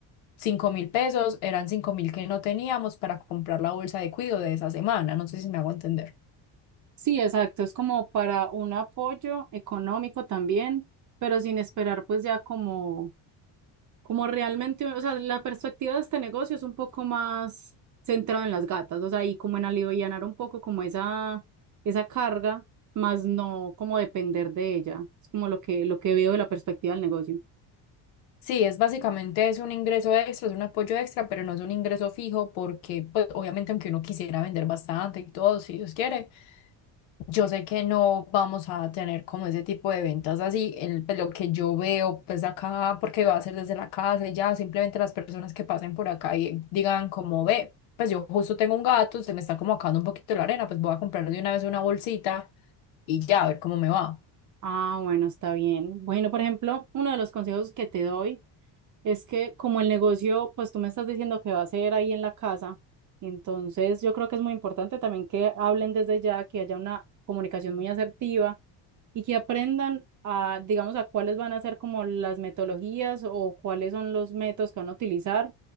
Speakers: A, on the left; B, on the right.
A: cinco mil pesos, eran cinco mil que no teníamos para comprar la bolsa de cuido de esa semana. No sé si me hago entender.
B: Sí, exacto, es como para un apoyo económico también, pero sin esperar pues ya como como realmente, o sea, la perspectiva de este negocio es un poco más centrada en las gatas, o sea, y como en alivianar un poco como esa, esa carga, más no como depender de ella. Es como lo que, lo que veo de la perspectiva del negocio.
A: Sí, es básicamente es un ingreso extra, es un apoyo extra, pero no es un ingreso fijo porque, pues, obviamente, aunque uno quisiera vender bastante y todo, si Dios quiere, yo sé que no vamos a tener como ese tipo de ventas así, el, pues, lo que yo veo, pues, acá, porque va a ser desde la casa y ya, simplemente las personas que pasen por acá y digan como, ve, pues yo justo tengo un gato, se me está como acabando un poquito la arena, pues voy a comprar de una vez una bolsita y ya, a ver cómo me va.
B: Ah, bueno, está bien. Bueno, por ejemplo, uno de los consejos que te doy es que como el negocio, pues tú me estás diciendo que va a ser ahí en la casa, entonces yo creo que es muy importante también que hablen desde ya, que haya una comunicación muy asertiva y que aprendan a, digamos, a cuáles van a ser como las metodologías o cuáles son los métodos que van a utilizar